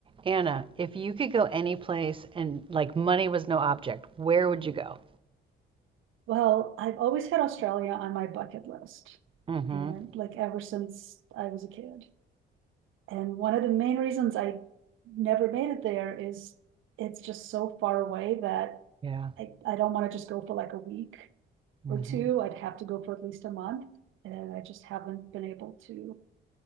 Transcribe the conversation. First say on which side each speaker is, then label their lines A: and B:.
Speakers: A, on the right; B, on the right.
A: Anna, if you could go any place and like money was no object, where would you go?
B: Well, I've always had Australia on my bucket list,
A: Mm-hmm.
B: and like ever since I was a kid. And one of the main reasons I never made it there is it's just so far away that
A: Yeah.
B: I, I don't want to just go for like a week
A: Mm-hmm.
B: or two. I'd have to go for at least a month, and I just haven't been able to